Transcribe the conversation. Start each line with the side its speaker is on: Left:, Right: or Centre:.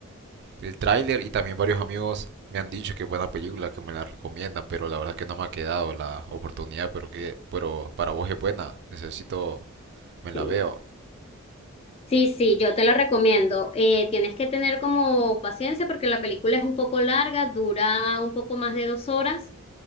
Right: el tráiler y también varios amigos me han dicho que es buena película, que me la recomiendan, pero la verdad es que no me ha quedado la oportunidad, pero que pero para vos es buena, necesito, me la
Left: Sí.
Right: veo.
Left: Sí, sí, yo te la recomiendo. Eh, tienes que tener como paciencia porque la película es un poco larga, dura un poco más de dos horas.